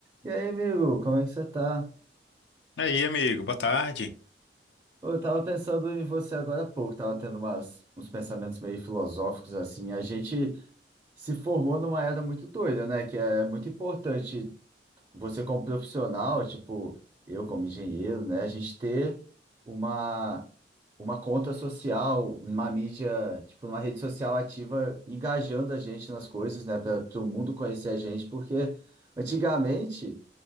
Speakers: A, on the right (about 20°); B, on the left (about 75°).
A: E aí, amigo, como é que você tá?
B: E aí, amigo, boa tarde.
A: Ô, Eu tava pensando em você agora há pouco, tava tendo umas, uns pensamentos meio filosóficos assim. A gente se formou numa era muito doida, né? Que é muito importante você como profissional, tipo, eu como engenheiro, né? A gente ter uma, uma conta social, uma mídia, tipo, uma rede social ativa, engajando a gente nas coisas, né? Para o mundo conhecer a gente, porque antigamente.